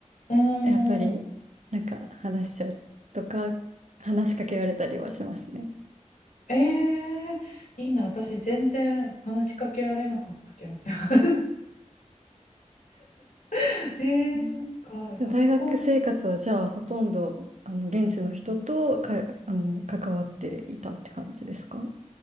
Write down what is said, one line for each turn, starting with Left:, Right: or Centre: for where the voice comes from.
Left: うー
Right: やっぱり、
Left: ん。
Right: なんか話しちゃうとか、話しかけられたりはしますね。
Left: えー、いいな。私全然話しかけられなかった気がします。<laughs> えー、
Right: えー
Left: そっか。
Right: そう大学生活はじゃあ、
Left: 学校。
Right: ほとんど、あの、現地の人とか、あの、関わっていたって感じですか